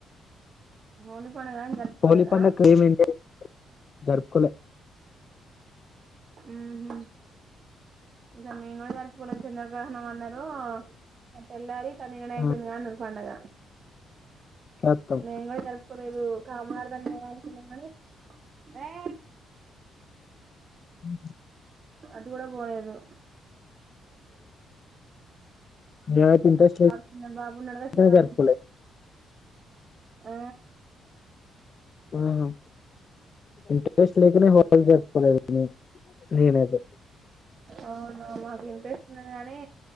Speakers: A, on the right; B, on the left.
A: <unintelligible> పోలేదని జరుపుకోలేదా.
B: హోలీ పండుగ ఏమైంది జరుపుకోలే.
A: ఊహూ ఈసారి మేముగూడ జరుపుకోలే చంద్ర గ్రహణం అన్నం కో తెల్లారి సార్ నిన్ననే అయిపోయింది
B: ఆ
A: కదా అన్నడు పండగా.
B: చేత్తం
A: మేము గూడా జరుపుకోలేదూ. కమార్థానికి పోదాం అనుకున్నం గానీ ఏ
B: ఉ
A: అటు గూడ పోలేదు. అవు
B: నేనైతే ఇంట్రెస్ట్ లేదు.
A: చిన్న బాబు ఉన్నాడుగా
B: అందుకనే
A: షికారు
B: జరుపుకోలే.
A: ఆ
B: అ ఆహ ఇంట్రెస్ట్ లేకనే హోలీ జరుపుకోలేదు. హలో నేనైతే.
A: అవునా మాకు ఇంట్రెస్ట్ ఉన్నది గానీ,